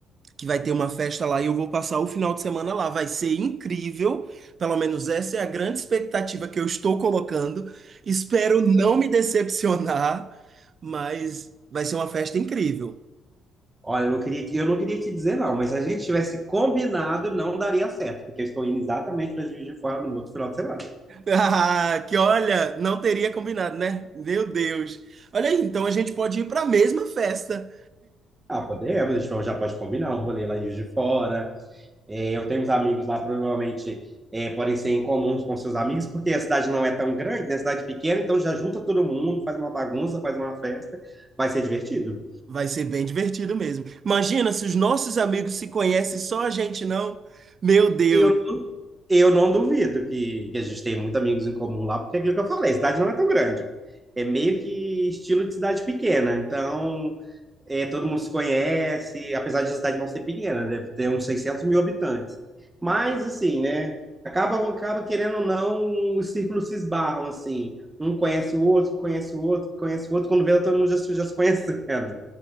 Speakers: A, on the right (about 45°); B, on the right (about 20°).
A: que vai ter uma festa lá e eu vou passar o final de semana lá. Vai ser incrível. Pelo menos essa é a grande expectativa que eu estou colocando. Espero não me decepcionar, mas vai ser uma festa incrível. <laughs>
B: Olha, eu não queria, eu não queria te dizer não, mas se a gente tivesse combinado, não daria certo, porque eu estou indo exatamente para Juiz de Fora no outro final de semana.
A: Ah, que olha, não teria combinado, né? Meu Deus. Olha aí, então a gente pode ir para a mesma festa.
B: Ah, podemos, a gente já pode combinar um rolê lá em Juiz de Fora. É, eu tenho uns amigos lá, provavelmente é, podem ser em comuns com seus amigos, porque a cidade não é tão grande, né? A cidade pequena, então já junta todo mundo, faz uma bagunça, faz uma festa, vai ser divertido.
A: Vai ser bem divertido mesmo. Imagina se os nossos amigos se conhecem, só a gente não. Meu Deus.
B: Eu, eu não duvido que, que a gente tem muitos amigos em comum lá, porque é aquilo que eu falei, a cidade não é tão grande. É meio que estilo de cidade pequena, então é, todo mundo se conhece, apesar de a cidade não ser pequena, né? deve ter uns 600 mil habitantes. Mas, assim, né? Acaba, acaba querendo ou não, os círculos se esbarram, assim. Um conhece o outro, conhece o outro, conhece o outro. Quando vê, todo mundo já, se- já se conhecendo. <laughs>